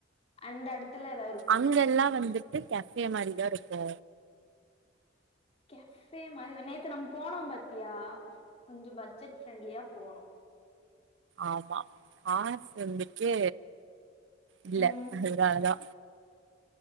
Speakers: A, on the left; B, on the right.
A: அந்த எடத்துல எதா ஒரு
B: அங்கெல்லா வந்துட்டு கேஃபே மாரிதா இருக்கு
A: கேஃபே மாரி வேனா நேத்து நம்ம போனோ பாத்தியா கொஞ்சோ பட்ஜெட் ஃப்ரெண்ட்லியா போணு
B: ஆமா காசு வந்துட்டு இல்ல
A: ம்.
B: அதுனாலதா